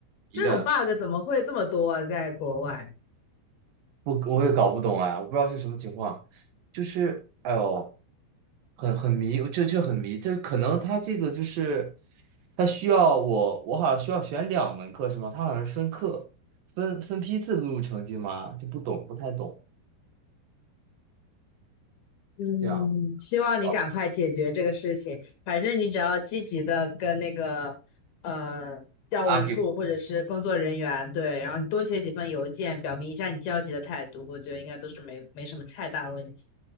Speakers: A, on the right; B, on the left.
A: 迷的。
B: 这种 bug 怎么会这么多啊，在国外？
A: 我我也搞不懂哎，我不知道是什么情况，就是哎呦，很很迷，这这很迷，这可能他这个就是他需要我，我好像需要选两门课是吗？他好像是分课分分批次录入成绩吗？就不懂，不太懂，
B: 嗯，
A: 这样
B: 希望你赶快解决这个事情。
A: 在搞
B: 反正你只要积极的跟那个呃教务处或者是工作人员对，
A: argue
B: 然后你多写几份邮件，表明一下你焦急的态度，我觉得应该都是没没什么太大问题。